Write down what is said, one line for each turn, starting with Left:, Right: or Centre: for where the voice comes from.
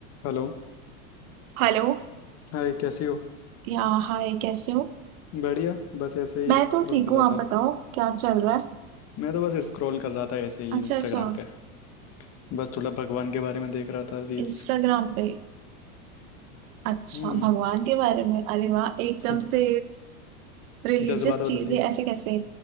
Left: Hello
Right: हेलो
Left: Hi कैसी हो
Right: या हाय कैसे हो
Left: बढ़िया बस ऐसे
Right: मैं
Left: ही स्क्रॉल
Right: तो ठीक
Left: कर
Right: हूँ
Left: रहा
Right: आप
Left: था
Right: बताओ क्या चल रहा है
Left: मैं तो बस स्क्रॉल कर रहा था ऐसे ही
Right: अच्छा
Left: इंस्टाग्राम
Right: अच्छा
Left: पे बस थोड़ा भगवान के बारे में देख रहा था रील्स
Right: इंस्टाग्राम पे अच्छा
Left: हम्म
Right: भगवान के बारे में अरे वाह एकदम
Left: हम्म,
Right: से रिलीजियस
Left: जज्बात
Right: चीजें
Left: बदल दिए
Right: ऐसे कैसे